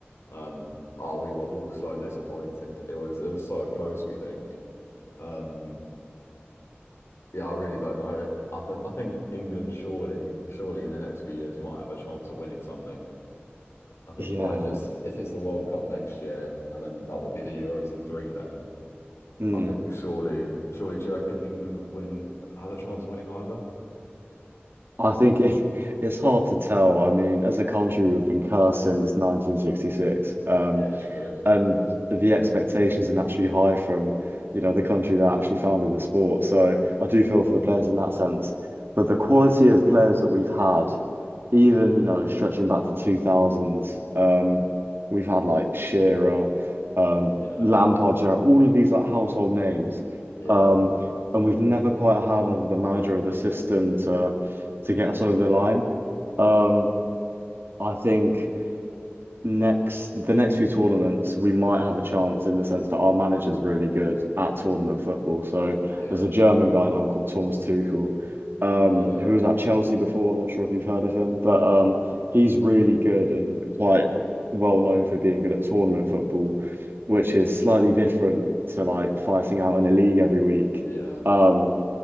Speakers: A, on the left; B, on the right.
A: Um, oh, we were all so disappointed. It was it was so close, we think. Um, yeah, I really don't know. I th I think England surely, surely in the next few years might have a chance at winning something. I think
B: Yeah.
A: what if it's if it's the World Cup next year and then that would be the Euros in three then.
B: Mm.
A: I think surely, surely do you reckon England would win, has a chance of winning either?
B: I think it, <laughs> it's hard to tell. I mean, as a country, we've been cursed since 1966. Um,
A: Yeah, true.
B: and the expectations are naturally high from, you know, the country that actually founded the sport. So I do feel for the
A: Mm,
B: players in that sense. But the quality of players that we've had, even, you know, stretching back to 2000s, um, we've had like Shearer, um,
A: yeah,
B: Lampard, Gerrard, all of these like household names.
A: yeah.
B: Um, and we've never quite had either the manager or the system to to get us over
A: Mm.
B: the line. Um, I think next the next few tournaments we might have a chance in the sense that our manager's
A: mm.
B: really good at tournament football. So
A: Yeah.
B: there's a German guy now called Thomas Tuchel, um,
A: Oh yeah.
B: who was at Chelsea before. I'm not sure if you've heard of him, but um, he's really good and quite well known for being good at tournament football, which is slightly different to like fighting out in a league every week.
A: Yeah.
B: Um,